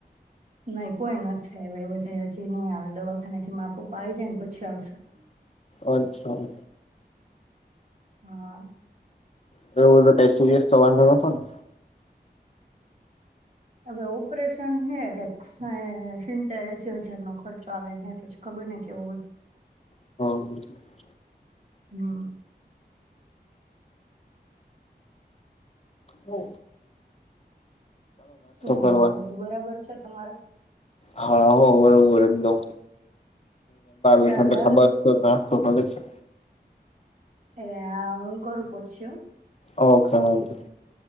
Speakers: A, on the right; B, on the left.
A: નઈ કોઈ નથી હવે એ બધા જે નહી આવડે દવાખાના થી માપપ આવી જાય ને પછી આવશે.
B: અચ્છા.
A: હા.
B: તો એવો બધો સીરીયસ તો વાંધ નોતો ને
A: હવે ઓપરેશન હે કાય સીતેરશસી હજાર નો ખચ આવેને પછી ખબર નહ કેવું હો
B: હ
A: હા
B: ઓ
A: શું
B: કરવા
A: હારે બીજું બરાબર છે તમારે
B: હા હો હો એકદમ
A: સારું
B: <unintelligible> ખબર
A: હાલો
B: તો નાશ તો કરે છે
A: એ હા હું કરું પછી
B: ઓકે વાંધો ની